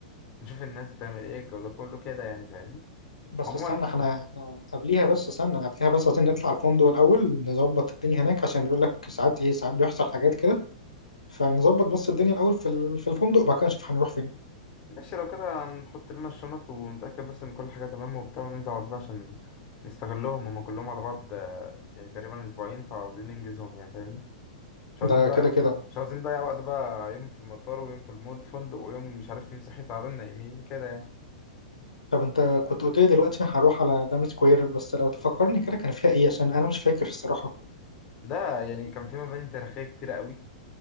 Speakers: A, on the left; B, on the left.
A: نشوف الناس بتعمل ايه الجو ده كله كده يعني فاهمني
B: بس
A: عموما
B: استنى احنا احنا قبليها بس استنى قبليها بس عايزين نطلع الفندق الاول نظبط الدنيا هناك عشان بيقول لك ساعات ايه ساعات بيحصل حاجات كده فنظبط بس الدنيا الاول في ال- في الفندق وبعد كده نشوف هنروح فين
A: ماشي لو كده هنحط لنا الشنط ونتأكد بس إن كل حاجة تمام وبتاع وننزل على طول عشان نستغلهم هما كلهم على بعض آه، يعني تقريبا أسبوعين فعاوزين ننجزهم يعني فاهمني مش عاوزين
B: ده
A: ده
B: كده كده
A: مش عاوزين نضيع وقت بقى يوم في المطار ويوم في المود فندق ويوم مش عارف مين صحي تعبان نايمين كده يعني
B: طب انت كنت قلت لي دلوقتي هروح على دام سكوير بس لو تفكرني كده كان فيها ايه عشان انا مش فاكر الصراحة
A: ده يعني كان في مباني تاريخية كتيرة قوي